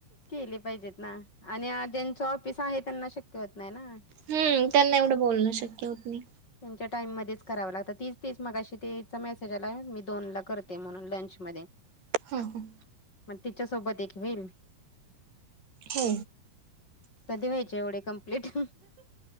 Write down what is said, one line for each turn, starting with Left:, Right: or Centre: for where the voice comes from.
Left: केले पाहिजेत ना आणि ज्यांचा ऑफिस आहे त्यांना शक्य होत नाही ना.
Right: हम्म त्यांना एवढं बोलणं शक्य होत नाही.
Left: त्यांच्या टाइम मध्येच कराव लागतं तीच तीच मगाशी तेचा मेसेज आला मी दोन ला करते म्हणून लंचमध्ये.
Right: हा हा.
Left: मग तिच्यासोबत एक होईल.
Right: हो
Left: कधी व्हाय एवढे कंप्लीट?